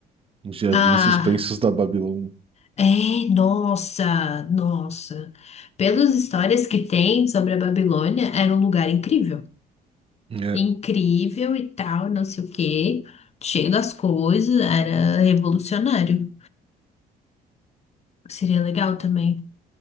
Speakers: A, on the right; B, on the left.
A: Os Jardins
B: Ah.
A: suspensos da Babilônia.
B: É, nossa, nossa. Pelas histórias que tem sobre a Babilônia, era um lugar incrível.
A: É.
B: Incrível e tal, não sei o quê. Cheio das coisas, era revolucionário. Seria legal também.